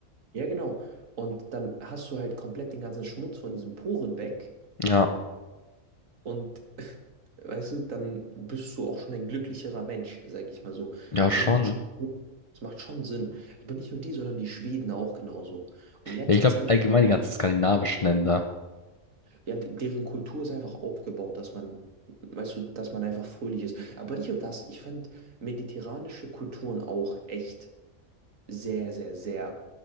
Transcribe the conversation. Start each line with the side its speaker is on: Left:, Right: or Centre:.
Right: Ja, genau. Und dann hast du halt komplett den ganzen Schmutz von diesen Poren weg.
Left: Ja,
Right: Und <laughs> weißt du, dann bist du auch schon ein glücklicherer Mensch, sage ich mal so.
Left: ja,
Right: Also
Left: schon.
Right: es macht schon, es macht schon Sinn. Aber nicht nur die, sondern die Schweden auch genauso. Und in letzter
Left: Ja, ich glaube,
Right: Zeit.
Left: allgemein die ganzen skandinavischen Länder.
Right: Ja, d- deren Kultur ist einfach aufgebaut, dass man, weißt du, dass man einfach fröhlich ist. Aber nicht nur das, ich fand mediterranische Kulturen auch echt sehr, sehr, sehr